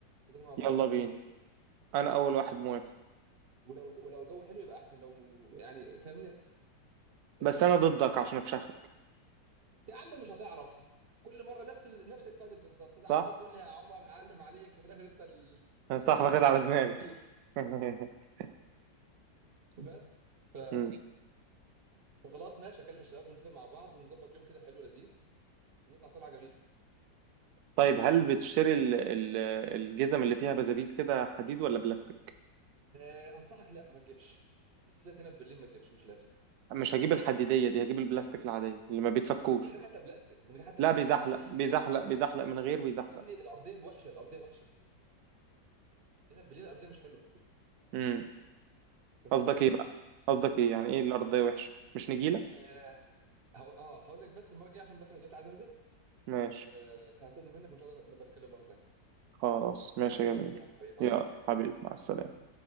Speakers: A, on the right; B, on the right.
A: كلنا مع بعض
B: يلا
A: حتى
B: بينا
A: ن...
B: انا
A: اه
B: اول واحد موافق
A: ولو ولو الجو حلو يبقى احسن لو يعني فاهمني آه،
B: بس
A: برضو
B: انا ضدك عشان افشخك
A: يا عم مش هتعرف كل مره نفس ال... نفس البادل بالظبط انت قاعد
B: صح
A: برضه تقول لي يا عمر هعلم عليك وفي الاخر انت ال- <laughs>
B: <laughs> صح
A: اللي
B: واخد
A: اتعلم
B: على
A: عليك
B: دماغي
A: بالتقيل
B: <laughs>
A: بس ف...
B: مم.
A: فخلاص ماشي اكلم الشباب ونتفق مع بعض ونظبط يوم كده حلو لذيذ ونطلع طلعه جميله
B: طيب هل بتشتري ال- ال- الجزم اللي فيها بزابيز كده حديد ولا بلاستيك
A: آه، انصحك لا ما تجيبش بالذات هنا في برلين ما تجيبش مش لازم
B: مش هجيب الحديدية دي هجيب البلاستيك العادية اللي ما بيتفكوش
A: من غير حتى بلاستيك من غير حتى
B: لا
A: بلاستيك
B: بيزحلق
A: العاديه
B: بيزحلق بيزحلق من غير بيزحلق
A: يا ابني الارضيه وحشه الارضيه وحشه هنا في برلين الارضيه مش حلوه
B: امم
A: فهمت
B: قصدك
A: الفكره
B: ايه بقى قصدك ايه يعني ايه الأرضية وحشة مش نجيلة
A: آه هو اه هقول لك بس المره الجايه عشان بس انا دلوقتي عايز انزل
B: ماشي
A: آه فهستاذن منك وان شاء الله نبقى نتكلم مره تانيه
B: خلاص ماشي يا جميل
A: يلا حبيبي مع
B: يا
A: السلامه
B: حبيبي مع السلامة